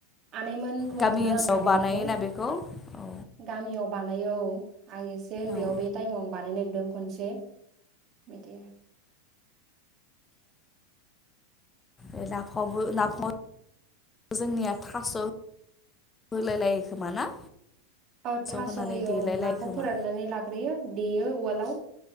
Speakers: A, on the right; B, on the left.
A: आनैमोनखौ
B: गामि
A: नुदों
B: ओनसोलाव
A: आं बानायनायखौ,
B: बानायोना बेखौ औ
A: गामियाव बानायो औ। आं एसे उन्दैयाव
B: औ
A: बे टाइमाव आं बानायनाय नुदों। खनसे बिदि।
B: ओ नाफामावबो नाफामाव जोंनिया थास' होलाय लायो खोमा ना?
A: औ थास'
B: होनानै
A: होयो
B: देलाय
A: औ,
B: लायो
A: नाखौ
B: खोमा
A: फोराननानै लाग्रोयो देयो उवालाव